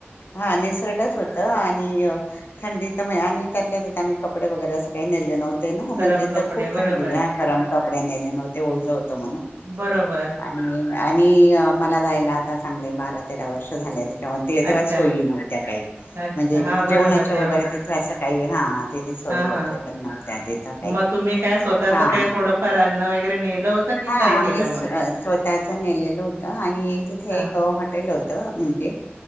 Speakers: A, on the left; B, on the right.
A: हां निसर्डाच हो ता आणि थंडीत मी आणि त्यातल्या त्यात आम्ही कपडे वगैरे असं काही नेले नव्हते. ते ना
B: गरम
A: म्हणजे
B: कपडे
A: त खूप
B: बरोबर,
A: थंडी हां गरम कपडे नेले नव्हते ओझं होतं म्हणून
B: बरोबर.
A: आणि आणि मला जायला आताच चांगले बारा-तेरा वर्ष झाले. <unintelligible> तेव्हा
B: अच्छा,
A: सोयी नव्हत्या काही
B: अच्छा.
A: म्हणजे
B: हां, बरोबर
A: जेवणाच्या
B: तेव्हा.
A: वगैरे तिथे असं काही हां तिथे सोयी
B: हां,
A: वगैरे
B: हां.
A: पण नव्हत्या तिथं काही.
B: मग तुम्ही काय स्वतःचं
A: हां हां.
B: काही थोडंफार अन्न वगैरे नेलं होतं की
A: हां
B: काय केलं
A: आम्ही स्व
B: मग?
A: स्वतःच नेलेलं होतं आणि तिथे
B: हां,
A: एक हॉटेल होतं म्हणजे